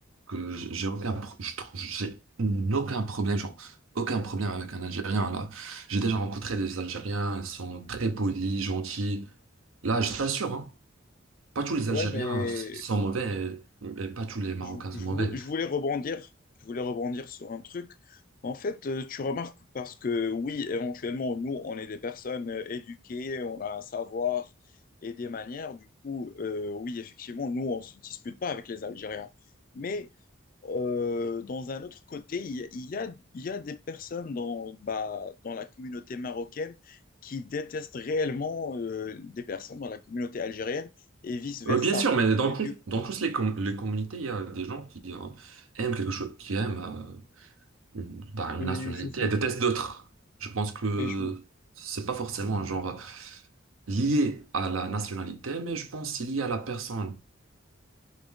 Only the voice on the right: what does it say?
que j'ai j'ai aucun, pro- je trouve- j'ai aucun problème, genre, aucun problème avec un Algérien, là. J'ai déjà rencontré des Algériens, ils sont très polis, gentils. Là, je t'assure, hein, pas tous les
Algériens
s- sont mauvais et, et pas tous les Marocains
sont
mauvais.
Euh, bien sûr, mais dans
tous
dans tous les, com- les communautés, il y a des gens qui euh, aiment quelque chose, qui aiment euh, une, bah, une
nationalité
et détestent d'autres. Je pense que
c'est pas forcément un genre. lié à la nationalité, mais je pense c'est lié à la personne.